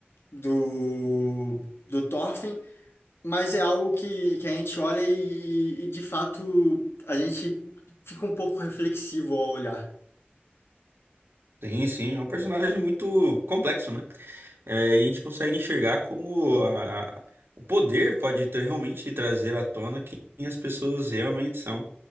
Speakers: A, on the left; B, on the right.
A: do, do Thorfinn, mas é algo que, que a gente olha e, e, de fato, a gente fica um pouco reflexivo ao olhar.
B: Sim, sim, é um personagem muito complexo, né? É, e a gente consegue enxergar como a- o poder pode tra- realmente trazer à tona quem as pessoas realmente são.